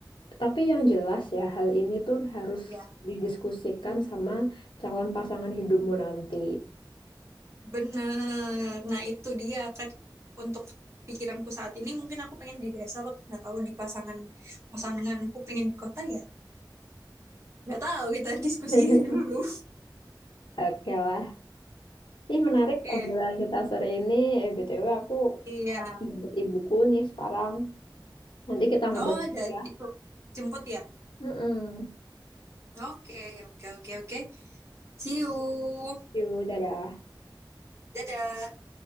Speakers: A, on the left (about 80°); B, on the right (about 35°).
A: Tapi yang jelas ya, hal ini tuh harus
B: Ya.
A: didiskusikan sama calon pasangan hidupmu nanti.
B: Bener. Nah, itu dia kan untuk pikiranku saat ini mungkin aku pengen di desa tapi nggak tahu di pasangan pasanganku pengen di kota ya. Nggak tahu kita diskusi
A: <laughs>
B: <laughs> dulu.
A: Oke lah. Ini menarik
B: Oke.
A: obrolan kita sore ini. Eh, BTW aku
B: Iya.
A: jemput ibuku nih sekarang. Nanti kita ngobrol
B: Oh,
A: lagi
B: ada
A: ya.
B: itu jemput ya.
A: Mm-mm.
B: Oke, oke, oke, oke. See you.
A: Yuk, dadah.
B: Dadah.